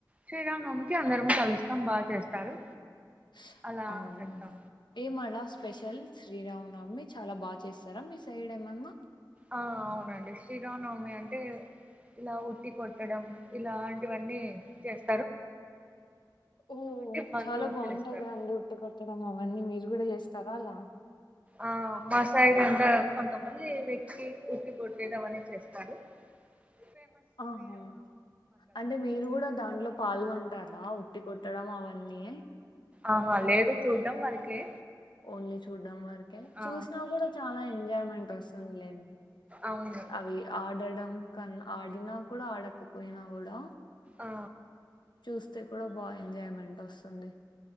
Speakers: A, on the right; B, on the left.
A: శ్రీరామనవమికీ అందరము కలుస్తాం బాగా చేస్తారు
B: స్
A: అలా
B: అవునా
A: చేస్తాం
B: ఏం అల స్పెషల్ శ్రీరామనవమి చాల బా చేస్తార మీ సైడ్ ఏమన్న
A: ఆ అవునండి శ్రీరామనవమి అంట్ ఇలా ఉట్టి కొట్టడం ఇలాంటివన్నీ చేస్
B: ఓ
A: బంధువులు
B: చాలా బాగుంటయి
A: పిలుస్తారు
B: కదండి ఉట్టి కొట్టడం అవన్నీ మీరు గుడ చేస్తారా అలా
A: ఆ మా సైడ్ అంతా కొంతమంది వెక్కి ఉట్టి కొట్టేది అవన్ని చేస్తారు బ్లాంక్
B: ఆహా అంటే మీర్ గుడా దాంట్లో పాల్గొన్ డాలా ఉట్టి కొట్టడం అవన్నీ
A: అహా లేదు చూడ్డం వరకే
B: ఓన్లీ చూడ్డం వర్కే
A: ఆ
B: చూసినా గుడా చాలా ఎంజాయ్మెంట్ వస్తుంద్ లెం
A: అవును
B: అవి ఆడడం కన్ ఆడినా కూడా ఆడకపోయినా గుడా
A: ఆ
B: చూస్తే కూడా బా ఎంజాయ్మెంటోస్తుంది.